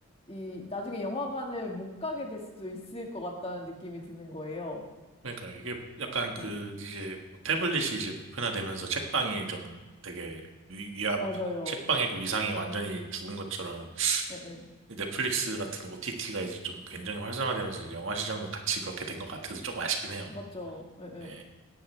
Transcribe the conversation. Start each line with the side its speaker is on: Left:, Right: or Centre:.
Left: 이 나중에 영화관을 못 가게 될 수도 있을 것 같다는 느낌이 드는 거예요.
Right: 그러니까 이게 약간 그
Left: 예,
Right: 이제 뭐 태블릿이 이제 보편화되면서 책방이 좀 되게 위, 위압
Left: 맞아요.
Right: 책방의 그 위상이 완전히 죽은 것처럼
Left: 예, 예,
Right: 넷플릭스 같은 OTT가 이제 좀 굉장히 활성화되면서 이제 영화 시장도 같이 그렇게 된 것 같아서 조금 아쉽긴 해요.
Left: 맞죠. 예, 예.
Right: 네,